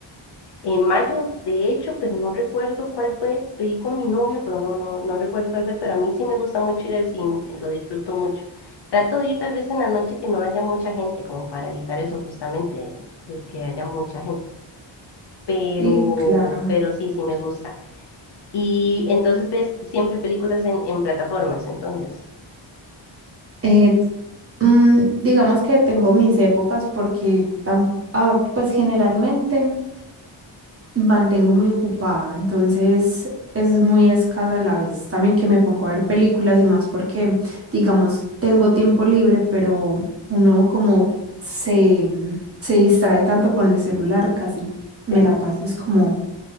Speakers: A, on the left; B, on the right.
A: en mayo de hecho, pero no recuerdo cuál fue. Fui con mi novio, pero no, no, no recuerdo cuál fue, pero a mí sí me gusta mucho ir al cine, sí, lo disfruto mucho. Trato de ir tal vez en la noche que no haya mucha gente, como para evitar eso justamente, de, de que haya mucha gente. Pero,
B: Sí, claro.
A: pero sí, sí me gusta. Y entonces ves siempre películas en, en plataformas, entonces.
B: Eh, mm, digamos que tengo mis épocas porque tam- ah, pues generalmente mantengo muy ocupada, entonces es muy escasa la vez también que me pongo a ver películas y más porque, digamos, tengo tiempo libre, pero uno como se, se distrae tanto con el celular, casi me
A: Sí,
B: la paso es como